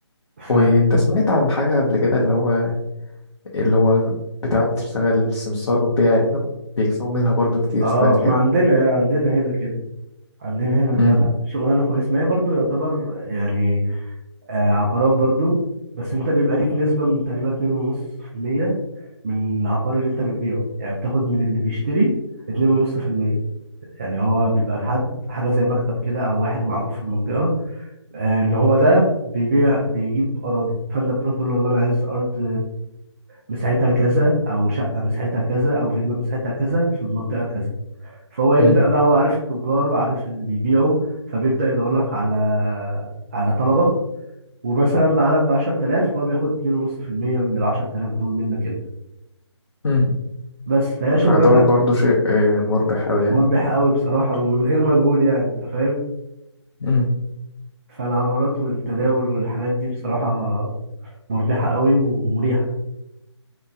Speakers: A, on the right; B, on the left.
A: ف
B: وانت سمعت عن حاجه قبل كده اللي هو اللي هو بتاع بتشتغل السمسار وبيع اللي هو بيكسبوا منها برضو كتير
A: اه
B: سمعت
A: <laughs>
B: كده
A: ما عندنا عندنا هنا كده عندنا هنا ده
B: امم
A: شغلانه كويسه ما هي برضو يعتبر يعني آه عقارات برضو بس انت بيبقى ليك نسبه من تقريبا 2.5% من العقار اللي انت بتبيعه يعني بتاخد من اللي بيشتري 2.5% يعني هو بيبقى حد حاجه زي مكتب كده او واحد معروف في المنطقه آه اللي هو ده بيبيع بيجيب اراضي فانت بتروح تقول له والله انا عايز ارض مساحتها كذا او شقه مساحتها كذا او فيلا مساحتها كذا في المنطقه كذا فهو يبدا
B: امم
A: بقى هو عارف التجار وعارف اللي بيبيعوا فبيبدا يدور لك على على طلبك ومثلا باعلك ب 10000 هو بياخد 2.5% من ال 10000 دول منك انت
B: امم
A: بس فهي شغلانه
B: فيعتبر برضو شيء آه، مربح أوي
A: مربح قوي بصراحه ومن غير مجهود يعني انت فاهم
B: يعني
A: فالعقارات والتداول والحاجات دي بصراحه مربحه قوي ومريحه